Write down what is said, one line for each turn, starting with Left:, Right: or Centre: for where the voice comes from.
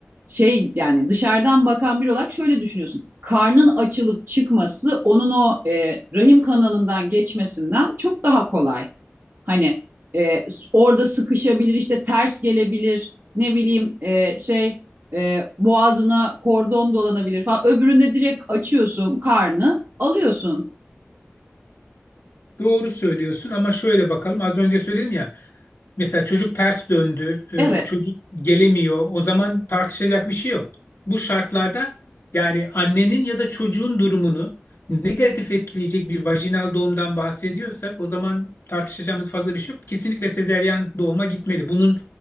Right: şey yani dışarıdan bakan biri olarak şöyle düşünüyorsun. Karnın açılıp çıkması onun o e, rahim kanalından geçmesinden çok daha kolay. Hani e, orada sıkışabilir işte ters gelebilir ne bileyim e, şey e, boğazına kordon dolanabilir falan. Öbüründe direkt açıyorsun karnı alıyorsun.
Left: Doğru söylüyorsun ama şöyle bakalım. Az önce söyledim ya. Mesela çocuk ters döndü,
Right: Evet
Left: e, çocuk gelemiyor. O zaman tartışacak bir şey yok. Bu şartlarda yani annenin ya da çocuğun durumunu negatif etkileyecek bir vajinal doğumdan bahsediyorsak o zaman tartışacağımız fazla bir şey yok. Kesinlikle sezeryan doğuma gitmeli. Bunun